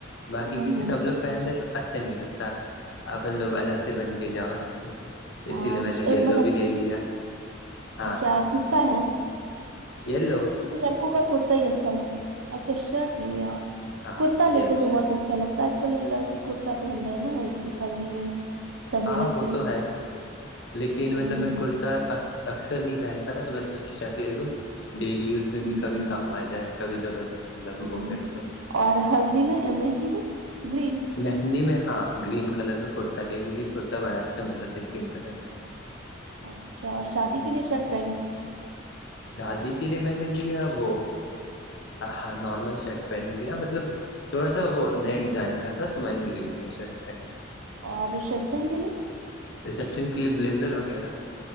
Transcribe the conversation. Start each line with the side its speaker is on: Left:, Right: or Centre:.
Left: باقی
Right: ہوں
Left: کیونکہ
Right: ہوں
Left: سب لوگ پہن تو اچھا نہیں لگتا اب لوگ الگ سے بن کے جاؤ
Right: ہاں
Left: اسی لیے میں
Right: ش-
Left: نے یلو
Right: ایک
Left: بھی لے لیا ہاں
Right: کررتا ہے
Left: لو
Right: کیکہ لڑکوں کا کرتا ہی اچھا لگ اچھا شرٹ لیے آپ
Left: ہاں
Right: کرتا لیتے
Left: یلو
Right: تو
Left: شرٹ
Right: بہت اچھا لگتا اج کل لڑکی کرتا پہن رہا ہے نا اس سالی میں سبھی
Left: ہاں
Right: لڑکے
Left: وہ تو ہے لیکن
Right: ہوں
Left: مطلب میں کرتی اکثر نہیں پہنتا نا تو میں سوچ شرٹ لے لوں ڈیلی یوز میں
Right: ہوں
Left: بھی کبھی کام آ جائے کبھی ضرورت مطلب
Right: ہوں
Left: وہ کرے تو
Right: اور ہلدی میں مہندی میں گرین
Left: مہندی میں ہاں گرین کلر کا کرتا دیا کیونکہ کرتا بڑا اچھا مل رہا تھا گرین کلر میں
Right: اچھا اور شادی کے لیے شرٹ پہن
Left: شادی کے لیے میں نے لیا وہ ہاں نارمل شرٹ پینٹ لیا مطلب تھوڑا سا وہ نیا ڈیزائن کا تھا تو میں نے لے لیا شرٹ پینٹ
Right: اور رشپسن کے لیے
Left: ریسیپشن کے لیے بلیزر وغیرہ